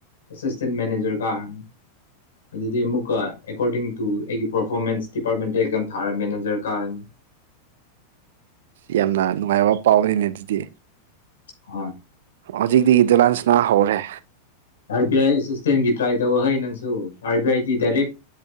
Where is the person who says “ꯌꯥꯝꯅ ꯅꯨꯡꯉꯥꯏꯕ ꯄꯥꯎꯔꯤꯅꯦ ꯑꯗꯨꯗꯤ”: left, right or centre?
Right